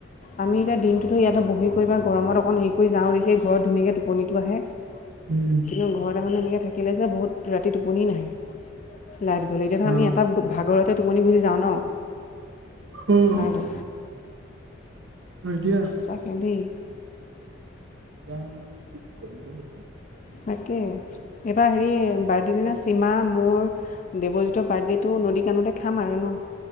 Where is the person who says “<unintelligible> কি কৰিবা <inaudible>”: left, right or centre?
Right